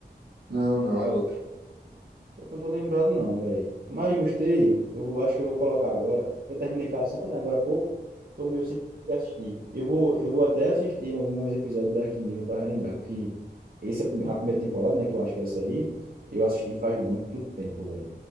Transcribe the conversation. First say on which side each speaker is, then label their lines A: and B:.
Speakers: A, on the right; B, on the right.
A: Não, não, é outro.
B: Pior que Eu não tô lembrado, não, velho. Mas gostei. Eu vou- acho que eu vou colocar agora. Eu terminei Cassandra, né, agora há pouco. Tô meio sem assistir. Eu vou, eu vou até assistir alguns episódios do Black Mirror para relembrar. Que essa, é a prime- a primeira temporada, né, que eu acho que é essa aí, eu assisti faz muito tempo, velho.